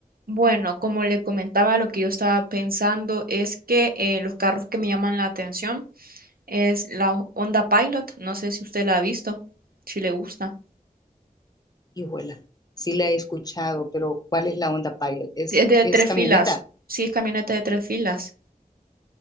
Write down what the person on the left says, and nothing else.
Hijuela, sí la he escuchado, pero ¿cuál es la Honda Pilot? ¿Es,
es
camioneta?